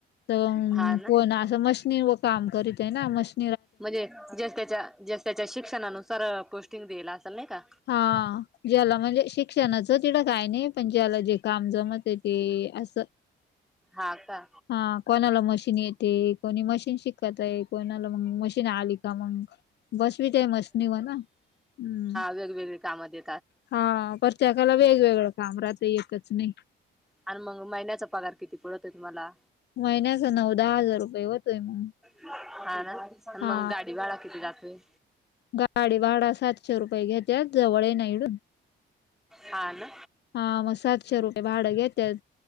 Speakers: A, on the left; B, in the centre.
A: तर
B: हा ना
A: कोण असं मशनी व काम करीत आहे ना. मशी
B: म्हणजे जच्या त्याच्या, जच्या त्याच्या शिक्षणानुसार पोस्टिंग दियला असल नाही का?
A: हा ज्याला म्हणजे शिक्षणाचं तिडं काय नाही, पण ज्याला जे काम जमतंय ते असं
B: हा का?
A: हा कोणाला मशीन येते, कोणी मशीन शिकतय, कोणाला मग मशीन आली का मग बसवीते मशीनीवर ना. हम्म.
B: वेगवेगळे काम दे
A: हा प्रतेकाला वेगवेगळं काम राहत एकच नाही.
B: आणि मग महिन्याचा पगार किती पडतंय तुम्हाला?
A: महिन्याचा नऊ दहा हजार रुपये होतोय मग.
B: हा ना. मग,
A: हा
B: गाडी भाड किती जातोय?
A: गाडी भाडा सातशे रुपये घ्येत्यात जवळ ये ना इडून.
B: हा ना
A: हा मसाज शे रुपये भाडं घेतात.